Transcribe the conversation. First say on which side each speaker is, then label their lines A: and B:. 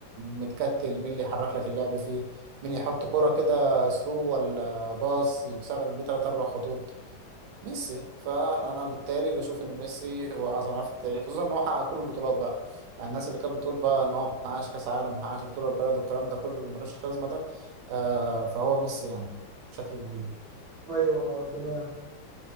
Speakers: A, on the right; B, on the right.
A: متكتل مين اللي يحرك لك اللعب فيه مين يحط كوره كده ثرو ولا باص يكسر لك بيه تلات اربع خطوط ميسي فانا بالتالي بشوف ان ميسي هو اعظم لاعب في التاريخ خصوصا ان هو حقق كل البطولات بقى يعني الناس اللي كانت بتقول بقى ان هو ما حققش كاس عالم ما حققش بطوله البلد والكلام ده كله ملوش لازمه ده آه فهو ميسي يعني بشكل كبير
B: ايوه اه تمام